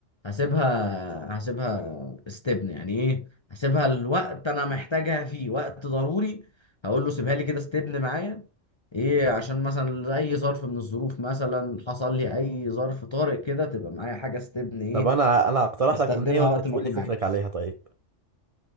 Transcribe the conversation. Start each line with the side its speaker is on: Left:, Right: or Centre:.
Left: هسيبها هسيبها استبن يعني ايه هسيبها الوقت انا محتاجها فيه وقت ضروري هقول له سيبها لي كده استبن معايا ايه عشان مثلا اي ظرف من الظروف مثلا حصل لي اي ظرف طارئ كده تبقى معايا حاجه استبن ايه
Right: طب انا انا هقترح
Left: استخدمها
Right: لك امنيه وانت
Left: وقت
Right: تقول
Left: ما اكون
Right: لي فكرك
Left: عايز
Right: عليها طيب